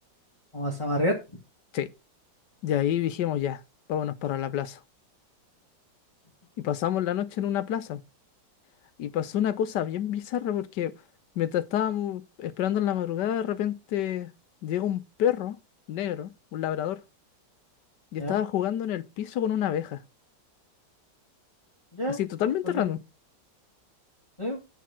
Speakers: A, on the left; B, on the left.
A: Vamos a amarrear.
B: Sí, de ahí dijimos ya, vámonos para la plaza. Y pasamos la noche en una plaza. Y pasó una cosa bien bizarra porque mientras estábamos esperando en la madrugada, de repente llega un perro negro, un labrador, y
A: Ya,
B: estaba jugando en el piso con una abeja.
A: ya,
B: Así totalmente
A: ok.
B: random,
A: sí,